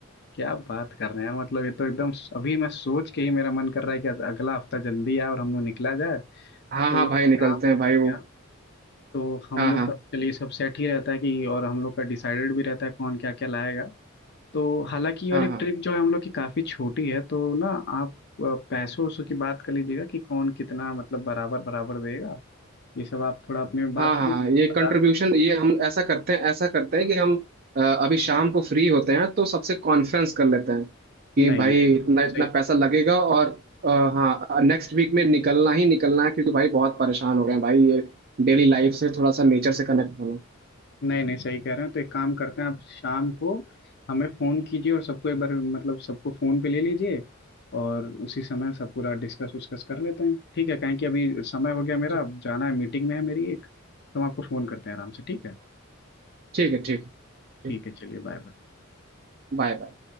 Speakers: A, on the left; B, on the right.
A: क्या बात कर रहे हैं यार मतलब ये तो एकदम अभी मैं सोच के ही मेरा मन कर रहा है कि अगला हफ्ता जल्दी आए और हम लोग निकला जाए
B: हाँ
A: तो
B: हाँ भाई
A: एक
B: निकलते
A: काम करिए
B: हैं भाई वो
A: आप तो हम
B: हाँ
A: लोग
B: हाँ
A: का चलिए सब सेट ही रहता है कि और हम लोग का डिसाइडेड भी रहता है कौन क्या क्या लाएगा तो हालांकि ये वाली
B: हाँ
A: ट्रिप
B: हाँ
A: जो है हम लोग की काफ़ी छोटी है तो ना आप अ, पैसों वैसों की बात कर लीजिएगा कि कौन कितना मतलब बराबर बराबर देगा ये सब आप थोड़ा अपने में बात
B: हाँ हाँ
A: कर लीजिए
B: हाँ, ये
A: बता
B: कंट्रीब्यूशन
A: दीजिए
B: ये हम ऐसा करते हैं ऐसा करते हैं कि हम अ, अभी शाम को फ्री होते हैं तो सबसे कॉन्फ्रेंस कर लेते हैं कि
A: नहीं
B: भाई
A: ये तो
B: इतना
A: एकदम
B: इतना
A: सही
B: पैसा लगेगा और अ, हाँ नेक्स्ट वीक में निकलना ही निकलना है क्योंकि भाई बहुत परेशान हो गए हैं भाई ये डेली लाइफ से थोड़ा सा नेचर से कनेक्ट होना
A: नहीं नहीं सही कह रहे हैं तो एक काम करते हैं आप शाम को हमें फ़ोन कीजिए और सबको एक बार मतलब सबको फ़ोन पे ले लीजिए और उसी समय सब पूरा डिस्कस उस्कस कर लेते हैं ठीक है कहें कि अभी समय हो गया मेरा
B: ठीक
A: अब जाना है मीटिंग में है मेरी एक तो हम आपको फ़ोन करते हैं आराम से ठीक है
B: ठीक है ठीक है
A: ठीक है चलिए बाय बाय
B: Bye bye